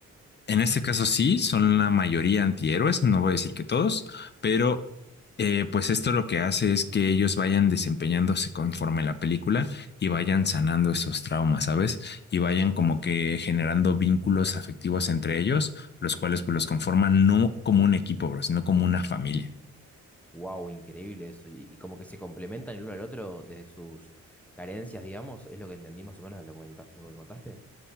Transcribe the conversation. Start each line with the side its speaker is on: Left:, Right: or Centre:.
Left: En este caso sí, son la mayoría antihéroes, no voy a decir que todos, pero eh, pues esto lo que hace es que ellos vayan desempeñándose conforme la película y vayan sanando esos traumas, ¿sabes? Y vayan como que generando vínculos afectivos entre ellos, los cuales pues los conforman no como un equipo, bro, sino como una familia.
Centre: Wow, increíble eso. Y, y como que se complementan el uno al otro desde sus carencias, digamos, es lo que entendí más o menos de lo que, me conta- lo que me contaste.